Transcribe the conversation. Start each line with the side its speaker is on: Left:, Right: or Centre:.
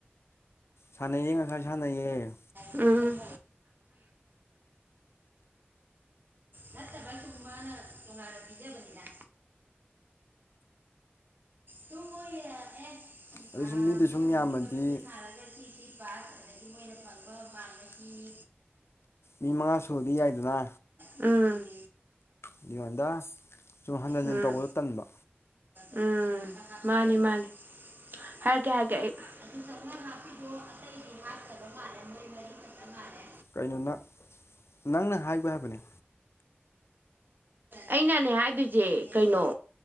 Left: ꯁꯥꯟꯅꯩꯌꯦ ꯉꯁꯥꯏ ꯁꯥꯟꯅꯩꯌꯦ
Right: ꯎꯝ꯫ ꯅꯠꯇꯕ ꯁꯨꯝ ꯃꯥꯅ ꯇꯨꯡꯉꯥꯟꯅ ꯕꯤꯖꯕꯅꯤꯗ꯫ ꯇꯨꯝꯃꫭꯏꯒꯤ ꯑꯦ
Left: ꯑꯗꯨ
Right: ꯑꯥ
Left: ꯁꯨꯝ ꯃꯤꯗꯨ ꯁꯨꯝ
Right: ꯃꯣꯏ
Left: ꯌꯥꯝꯃꯗꯤ
Right: ꯃꯣꯏꯒꯤ ꯃꯃꯤꯡꯗꯨ ꯊꯥꯔꯒ ꯁꯤꯁꯤ ꯄꯥꯁ ꯑꯗꯒꯤ ꯃꯣꯏꯅ ꯐꯪꯕ ꯃꯥꯛꯅ ꯁꯤꯅꯤ꯫
Left: ꯃꯤꯃꯉꯥ ꯁꯨꯔꯗꯤ ꯌꯥꯏꯗꯅ꯫
Right: ꯎꯝ꯫
Left: ꯃꯤꯉꯣꯟꯗ ꯁꯨꯝ ꯍꯟꯖꯤꯟ ꯍꯟꯖꯤꯟ
Right: ꯎꯝ
Left: ꯇꯧꯕꯗꯣ ꯇꯟꯕ꯫
Right: ꯎꯝ ꯃꯥꯅꯤ ꯃꯥꯅꯤ ꯍꯥꯏꯔꯥꯛꯀꯦ ꯍꯥꯏꯔꯥꯛꯀꯦ ꯑꯩ ꯑꯗꯨ ꯆꯥꯎꯉꯥ ꯍꯥꯞꯄꯤꯗꫭ ꯑꯇꯩꯗꯤ ꯍꯥꯠꯇꯕ ꯃꯥꯜꯂꯦ ꯃꯣꯏ ꯃꯔꯤ ꯈꯠꯇ ꯃꯥꯜꯂꯦ
Left: ꯀꯩꯅꯣ ꯅ ꯅꯪꯅ ꯍꯥꯏꯕ ꯍꯥꯏꯕꯅꯦ
Right: ꯑꯩꯅꯅꯦ ꯍꯥꯏꯗꯣꯏꯁꯦ ꯀꯩꯅꯣ